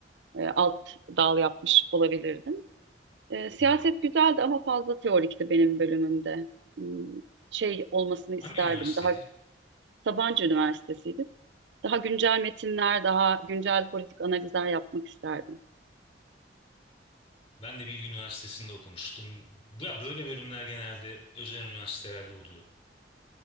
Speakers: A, on the right (about 80°); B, on the left (about 35°).
A: e, alt dal yapmış olabilirdim. E, siyaset
B: Hmm.
A: güzeldi ama fazla teorikti benim bölümümde. Hmm, Şey olmasını
B: Hangi
A: isterdim.
B: üniversiteydi?
A: Daha Sabancı Üniversitesi'ydi. Daha güncel metinler, daha güncel politik analizler yapmak isterdim.
B: Ben de Bilgi Üniversitesi'nde okumuştum. Ya böyle bölümler genelde özel üniversitelerde oluyor.